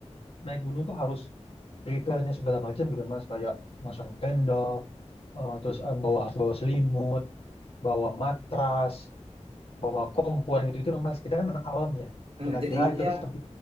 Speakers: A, on the left; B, on the right.
A: naik gunung tuh harus prepare-nya segala macam gitu, Mas, kayak masang tenda, eh, terus eh, bawa harus bawa selimut, bawa matras, bawa kompor gitu-gitu, Mas. Kita kan anak awam ya.
B: Nah,
A: Kita
B: jadi
A: kira itu
B: yang
A: tuh seperti